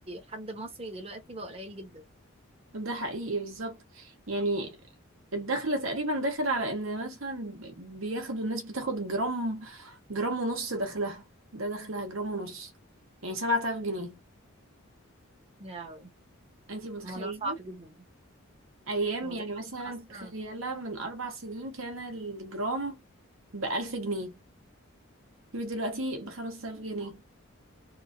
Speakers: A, on the right (about 30°); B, on the right (about 70°).
A: حد مصري دلوقتي بقى قليل جدا
B: ده حقيقي بالظبط يعني الدخل تقريبا داخل على ان مثلا ب- بياخدوا الناس بتاخد جرام جرام ونص دخلها ده دخلها جرام ونص يعني سبعة آلاف جنيه
A: يا لهوي
B: انتي متخيلة
A: الموضوع صعب جدا
B: أيام
A: وزمان
B: يعني مثلا
A: اصلا
B: تخيلة من أربع سنين كان الجرام بألف جنيه دلوقتي بخمس آلاف جنيه